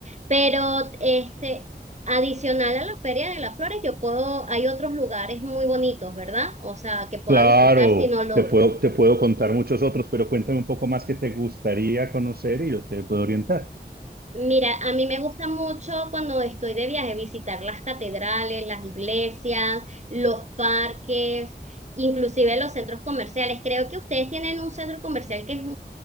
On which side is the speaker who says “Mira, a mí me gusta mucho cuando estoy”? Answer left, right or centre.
Right